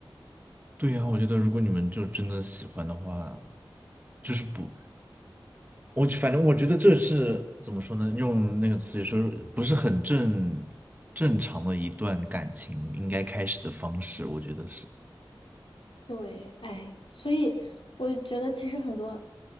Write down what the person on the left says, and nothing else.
对，哎，所以我觉得其实很多